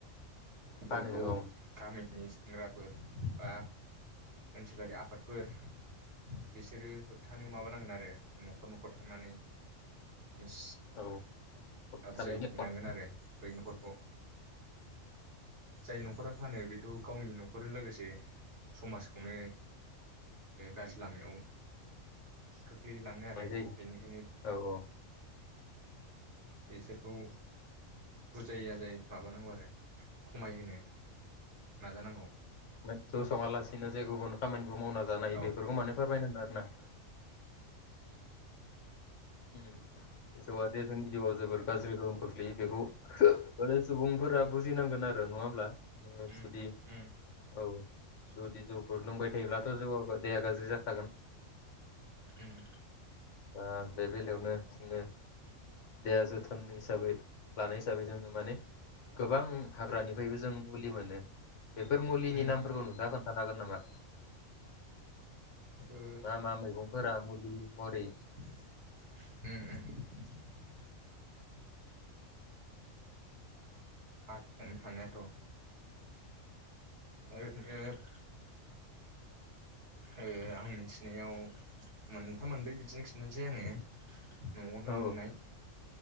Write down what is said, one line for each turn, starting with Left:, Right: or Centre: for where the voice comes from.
Left: फानो
Right: फोरखौ
Left: औ
Right: गामि नि सेंग्राफोर बा ओनसोलारि आफादफोर बिसोरो होबथानो माबानांगोन आरो न'खर-न'खर थांनानै मिस
Left: औ थानायनि
Right: बुजायहैनांगोन आरो बै न'खरखौ जाय न'खरा फानो बेथ' गावनि न'खरजों लोगोसे समाजखौनो गाज्रि लामायाव खोख्लैलाङो आरो
Left: जायो
Right: बेनिखायनो
Left: औ औ
Right: बिसोरखौ बुजायै आजायै माबानांगौ आरो खमायहोनो नाजानांगौ
Left: ज' संङालासिनो जे गुबुन खामानि मावना जानाय
Right: औ
Left: बेफोरखौ माने फोरमायनांगोन आरो ना अम जे जोंनि जिउआ जोबोर गाज्रि गोहोम खोख्लैयो बेखौ माने सुबुंफोरा बुजिनांगोन आरो नंङा होमब्ला जोंङो
Right: उम
Left: जुदि
Right: उम
Left: औ जुदि जौफोर लोंबाय थायोब्लाथ' जों ओ देाया गाज्रि जाखागोन
Right: अम
Left: ओ बे बेलायावनो जोंङो देहा जोथोन हिसाबै लानाय हिसाबै जोंङो माने गोबां हाग्रानिफ्रायबो जों मुलि मोनो बेफोर मुलिनि
Right: उम
Left: नामफोरखौ नोंअंथांआ खोन थानो हागोन नामा।
Right: ओ
Left: मा मा मैगंफोरा मुलि मुरि
Right: अम अम हागोन हानायाथ' ओरैनो ओ आं मिथिनायाव मोनथाम मोनब्रै बिदिनो खिन्थानोसै आंङो न'आवनो
Left: औ
Right: मोननाय